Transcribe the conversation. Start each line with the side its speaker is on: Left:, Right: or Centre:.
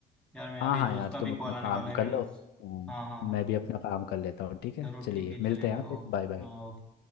Centre: यार मैं
Left: हाँ
Centre: अभी
Left: हाँ
Centre: दोस्त
Left: यार
Centre: का
Left: तुम
Centre: भी
Left: अपना
Centre: कॉल आने
Left: काम
Centre: वाला है
Left: कर
Centre: मैं
Left: लो
Centre: उस
Left: हाँ,
Centre: हाँ हाँ
Left: मैं
Centre: हाँ
Left: भी अपना काम कर लेता हूँ ठीक है
Centre: जरूर
Left: चलिए
Centre: ठीक है
Left: मिलते
Centre: चलेगा
Left: हैं आप
Centre: ओके
Left: बाय बाय
Centre: हाँ ओके